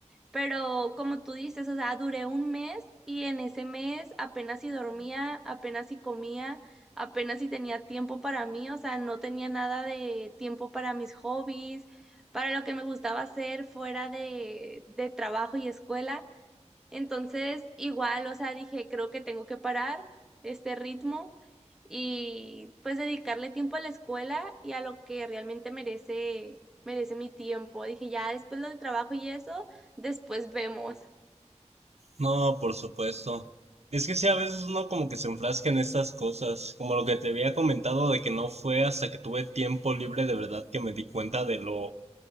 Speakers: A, in the centre; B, on the right.
A: pero como tú dices, o sea, duré un mes y en ese mes apenas si dormía, apenas si comía, apenas si tenía tiempo para mí, o sea, no tenía nada de tiempo para mis hobbies, para lo que me gustaba hacer fuera de, de trabajo y escuela. Entonces, igual, o sea, dije, creo que tengo que parar este ritmo y pues dedicarle tiempo a la escuela y a lo que realmente merece, merece mi tiempo. Dije, ya después lo del trabajo y eso, después vemos.
B: No, por supuesto. Es que sí, a veces uno como que se enfrasca en estas cosas, como lo que te había comentado de que no fue hasta que tuve tiempo libre de verdad que me di cuenta de lo